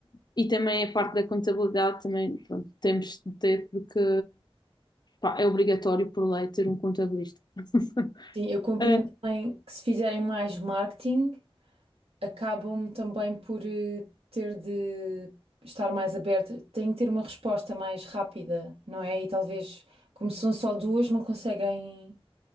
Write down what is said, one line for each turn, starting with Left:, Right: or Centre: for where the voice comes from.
Left: e também a parte da contabilidade também, pronto, temos de ter porque pá, é obrigatório por lei ter um contabilista. <laughs>
Right: Sim, eu compreendo
Left: Ah,
Right: também que se fizerem mais marketing, acabam também por eh, ter de estar mais aberta, têm que ter uma resposta mais rápida, não é? E talvez, como são só duas, não conseguem